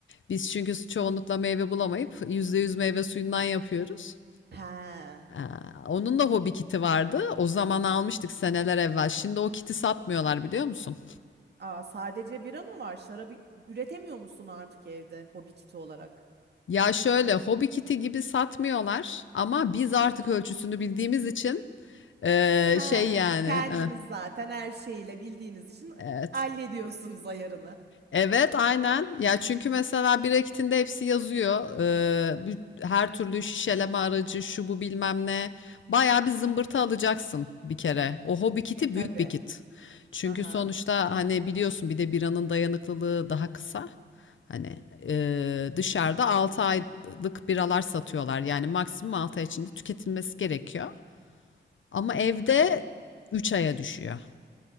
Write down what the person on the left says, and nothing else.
Biz çünkü çoğunlukla meyve bulamayıp %100 meyve suyundan yapıyoruz.
Aa, onun da hobi kiti vardı. O zaman almıştık seneler evvel. Şimdi o kiti satmıyorlar biliyor musun?
Ya şöyle hobi kiti gibi satmıyorlar ama biz artık ölçüsünü bildiğimiz için eee,
şey yani
eh,
evet.
Evet, aynen. Ya çünkü mesela bir rakitinde hepsi yazıyor. Ee, bir- her türlü şişeleme aracı, şu bu bilmem ne. Bayağı bir zımbırtı alacaksın bir kere. O hobi kiti
büyük bir kit. Çünkü
sonuçta hani biliyorsun bir de biranın dayanıklılığı daha kısa. Hani e, dışarıda 6 aylık biralar satıyorlar. Yani maksimum 6 ay içinde tüketilmesi gerekiyor. Ama evde
3 aya düşüyor.